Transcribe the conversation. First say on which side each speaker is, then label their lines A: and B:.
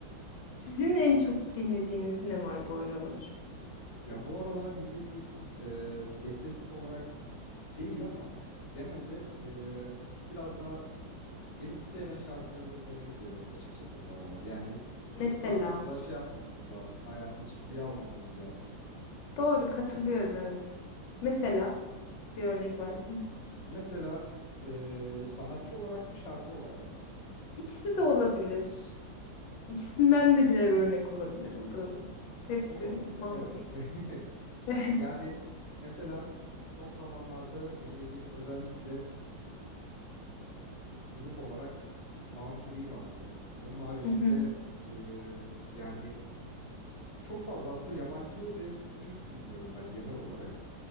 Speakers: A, on the left; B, on the left.
A: Sizin en çok dinlediğiniz ne var bu aralar?
B: Ya bu aralar dinlediğim e, depresif olarak değil ama genelde e, biraz daha beni mutlu eden şarkıları dinlemeyi seviyorum açıkçası bu aralar. Yani çok
A: Mesela.
B: da aslında şey yapmamamız lazım. Hayatı ciddiye almamamız lazım.
A: Doğru katılıyorum evet. Mesela bir örnek versin.
B: Mesela e, sanatçı olarak mı şarkı olarak mı?
A: İkisi de olabilir. İkisinden de birer örnek olabilir. O da hepsi
B: O da olabilir.
A: makul.
B: Evet. <laughs>
A: <laughs>
B: Yani mesela son zamanlarda dinlediğim özellikle grup olarak mavi gri vardı. Onun haricinde
A: Hı hı,
B: e, yani çok fazla aslında yabancı ve Türk dinliyorum ben genel olarak.